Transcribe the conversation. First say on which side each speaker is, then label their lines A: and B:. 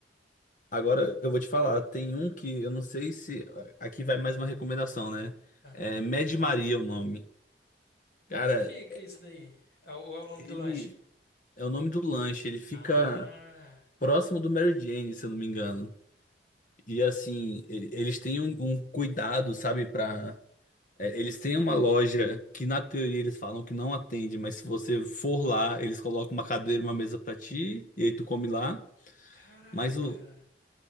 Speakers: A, on the left; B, on the left.
A: Agora
B: E aí?
A: eu vou te falar, tem um que eu não sei se. Aqui vai mais uma recomendação, né?
B: Aham.
A: É Mad Maria é o nome.
B: Então,
A: Cara,
B: Onde que fica isso daí? É o- Ou é o nome
A: ele
B: do lanche?
A: é o nome do lanche, ele fica
B: Ah,
A: próximo do Mary Jane, se eu não me engano. E assim, e- eles têm um, um cuidado, sabe, pra. é, Eles têm uma loja que na teoria eles falam que não atende, mas se você for lá, eles colocam uma cadeira, e uma mesa pra ti, e aí tu come lá.
B: caraca.
A: Mas o,